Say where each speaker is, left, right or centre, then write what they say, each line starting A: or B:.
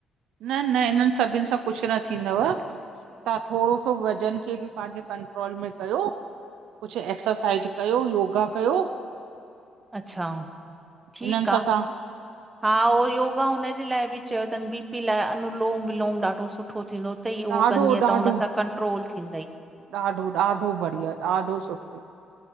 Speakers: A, on the right (about 75°); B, on the right (about 25°).
A: न न, इनन सभिन सां कुछु न थींदव। तां थोरो सो वज़न खे बि पांजे कंट्रोल में कयो। कुछु एक्सरसाइज कयो, योगा कयो।
B: अच्छा, ठीक
A: इन्हनि
B: आ,
A: सां तव्हां
B: हा उहो योगा हुनजे लाइ बी चयो तन बी पी लाइ अनुलोम विलोम ॾाढो सुठो थींदो त ईयो,
A: ॾाढो
B: कंदीअ
A: ॾाढो
B: त हुन सां कंट्रोल थींदई।
A: ॾाढो ॾाढो बढ़िया, ॾाढो सुठो।